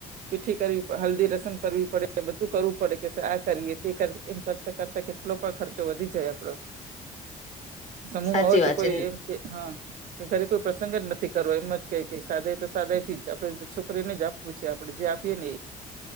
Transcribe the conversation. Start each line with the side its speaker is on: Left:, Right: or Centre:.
Right: પીઠી કરવીડ હલ્દી રસમ કરવી પડે બધું કરવું પડે કે આ કરીએ તે કરવી એમ કરતા કરતા કેટલો પણ ખર્ચો વધી જાય આપડો સમૂહમાં
Left: સાચી
Right: હોય
Left: વાત
Right: તો કોઈ
Left: છે.
Right: એમ કે હ કે ઘરે કોઈ પ્રસંગ જ નથી કરવો એમમા ક ક સાદાય તો સાદાય થી જ આપડે છોકરીને જ આપવું છે આપડણે જે આપીએ ને એ